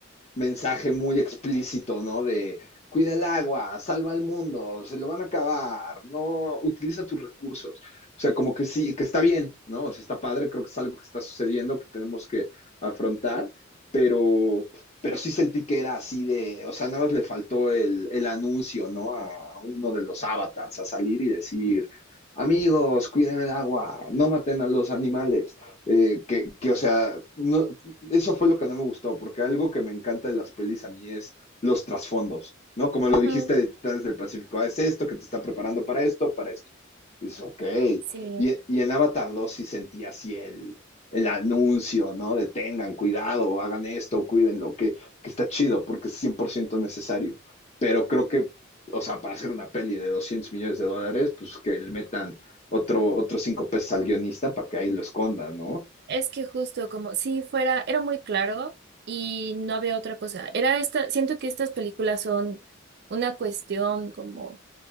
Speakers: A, on the left; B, on the right.
A: mensaje muy explícito, ¿no? De cuida el agua, salva al mundo, se lo van a acabar, no utiliza tus recursos. O sea, como que sí, que está bien, ¿no? O sea, está padre, creo que es algo que está sucediendo, que tenemos que afrontar, pero, pero sí sentí que era así de, o sea, nada más le faltó el, el anuncio, ¿no? A uno de los avatars, a salir y decir, amigos, cuiden el agua, no maten a los animales, eh, que, que, o sea, no, eso fue lo que no me gustó, porque algo que me encanta de las pelis a mí es los trasfondos, ¿no? Como lo
B: Ujú,
A: dijiste de Titanes del Pacífico, ah, es esto que te está preparando para esto, para esto. Y dices, ok.
B: Sí.
A: Y, y en Avatar dos sí sentí así el, el anuncio, ¿no? De tengan cuidado, hagan esto, cuídenlo, que, que está chido, porque es 100% necesario. Pero creo que, o sea, para hacer una peli de 200 millones de dólares, pues que le metan otro, otros cinco pesos al guionista para que ahí lo esconda, ¿no?
B: Es que justo como si fuera, era muy claro y no había otra cosa. Era esta, siento que estas películas son una cuestión como